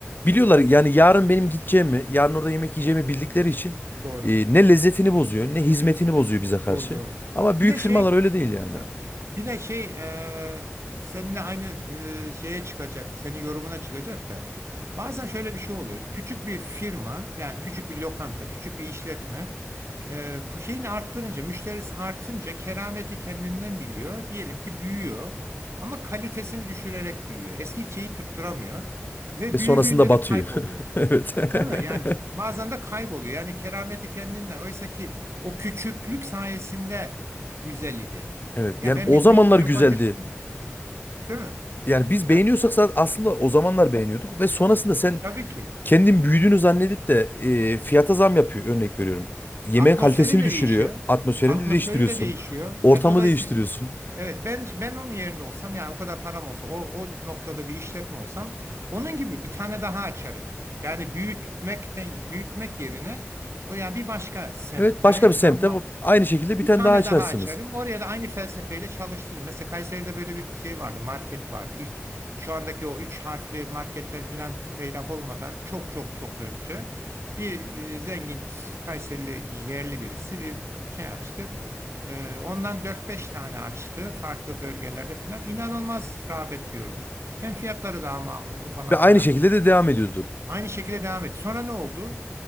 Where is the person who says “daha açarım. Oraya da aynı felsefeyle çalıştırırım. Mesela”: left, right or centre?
Right